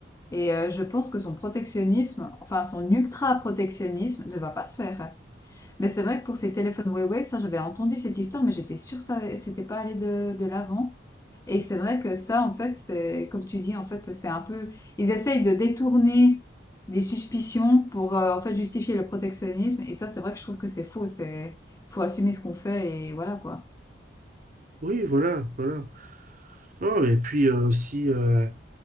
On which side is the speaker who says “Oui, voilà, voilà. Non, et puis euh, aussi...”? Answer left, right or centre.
Right